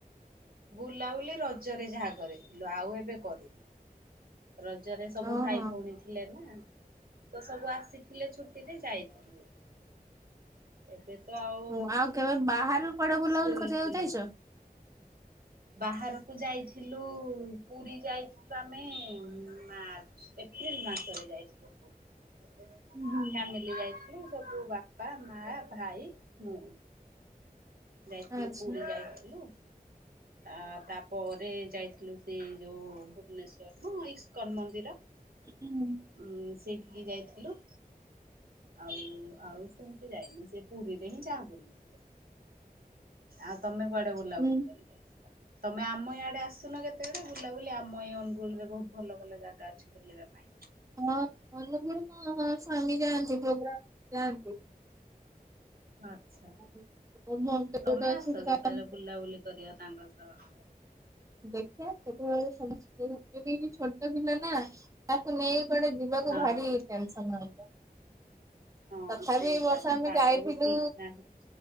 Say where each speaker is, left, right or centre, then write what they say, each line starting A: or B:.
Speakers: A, on the right; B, on the right.
A: ବୁଲାବୁଲି ରଜରେ ଯାହା କରିଥିଲୁ ଆଉ ଏବେ କରିନୁ। ରଜରେ ସବୁ
B: ଓହୋ
A: ଭାଇ ଭଉଣୀ ଥି ଥିଲେ ନା ତ ସବୁ ଆସିଥିଲେ ଛୁଟିରେ ଯାଇଥିଲୁ। ଏବେ ତ ଆଉ
B: ମୁଁ କେବେ ବାହାରୁ କୁଆଡେ ବୁଲାବୁଲି
A: ସ୍କୁଲ୍
B: କରିବାକୁ
A: ଖୋଲିଗଲା।
B: ଯାଇଛ?
A: ବାହାରକୁ ଯାଇଥିଲୁ ପୁରୀ ଯାଇଥିଲୁ ଆମେ ମାର୍ଚ୍ଚ, ଏପ୍ରିଲ୍ ମାସରେ ଯାଇଥିଲୁ ପୁରୀ।
B: ହୁଁ
A: ଫ୍ୟାମିଲି ଯାଇଥିଲୁ ସବୁ ବାପା, ମା, ଭାଇ, ମୁଁ। ଯାଇଥିଲୁ
B: ଆଚ୍ଛା
A: ପୁରୀ ଯାଇଥିଲୁ। ଆ ତାପରେ ଯାଇଥିଲୁ ସେଇ ଯୋଉ ଭୁବନେଶ୍ୱର ମ ଇସ୍କନ ମନ୍ଦିର।
B: ହୁଁ।
A: ଉଁ ସେଇଠିକି ଯାଇଥିଲୁ। ଆଉ ଆଉ ସେମିତି ଯାଇନୁ ସେ ପୁରୀରେ ହିଁ ଯାହା ବୁଲିଥିଲୁ। ଆଉ ତମେ କୁଆଡେ ବୁଲାବୁଲି
B: ହୁଁ
A: କରି ଯାଇଥିଲ ତମେ ଆମ ଇଆଡେ ଆସୁନ କେତେବେଳେ ବୁଲାବୁଲି ଆ ଆମ ଏଇ ଅନୁଗୁଳୁ ରେ ବହୁତ୍ ଭଲ ଭଲ ଜାଗା ଅଛି ବୁଲିବା ପାଇଁ।
B: ହଁ ଅନୁଗୁଳ ହଁ ହଁ ସ୍ୱାମୀ ଯାଆନ୍ତି ପ୍ରୋଗ୍ରାମ ଯାଆନ୍ତି।
A: ଆଚ୍ଛା।
B: <unintelligible>
A: ତମେ ଆସ କେତେବେଳେ ବୁଲାବୁଲି କରିବା ତାଙ୍କ ସହ।
B: ଦେଖିବା କେତେବେଳେ ସମୟ ସୁବିଧା ଦେଖିକି ଛୋଟ ଦିନ ନା। ତାକୁ ନେଇକି କୁଆଡେ ଯିବାକୁ
A: ହଁ
B: ଭାରି ଟେନସନ୍ ଏକା।
A: ହଁ
B: ତଥାବି
A: ସେଇଟା
B: ଏ ବର୍ଷ
A: ବି
B: ଆମେ
A: ପାଗ
B: ଯାଇଥିଲୁ
A: ବି ଠିକ ନାହିଁ।